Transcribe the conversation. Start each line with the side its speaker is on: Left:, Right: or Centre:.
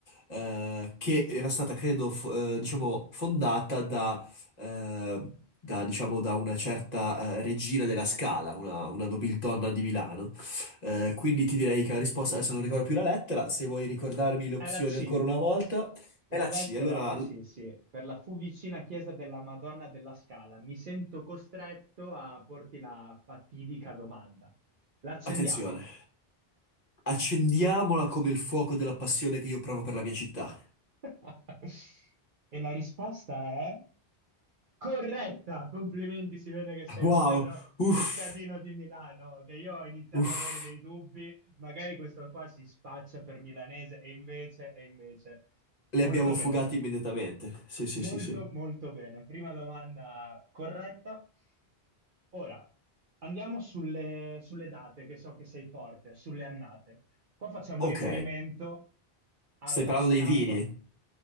Left: eh, che era stata, credo, f- eh, diciamo, fondata da, eh, da, diciamo, da una certa eh, regina della Scala, una, una nobildonna di Milano. Eh, quindi ti direi che la risposta, adesso non ricordo più la lettera, se vuoi ricordarmi le
Right: È
Left: opzioni
Right: la C.
Left: ancora una volta, è
Right: La
Left: la C.
Right: lettera
Left: Allora,
Right: è la C,
Left: l-
Right: sì. Per la fu vicina chiesa della Madonna della Scala. Mi sento costretto a porti la fatidica domanda. L'accendiamo?
Left: attenzione, accendiamola come il fuoco della passione che io provo per la mia città.
Right: <laughs> E la risposta è... Corretta, complimenti, si vede che sei
Left: Wow,
Right: un vero
Left: uff,
Right: cittadino di Milano, che io ho iniziato
Left: uff,
Right: ad avere dei dubbi, magari questo qua si spaccia per milanese e invece, e invece.
Left: le
Right: Molto
Left: abbiamo fugate
Right: bene,
Left: immediatamente. Sì, sì,
Right: molto
Left: sì, sì.
Right: molto bene. Prima domanda corretta. Ora, andiamo sulle, sulle date, che so che sei forte, sulle annate. Qua facciamo
Left: Ok,
Right: riferimento alla
Left: stai parlando
Right: statua.
Left: dei vini.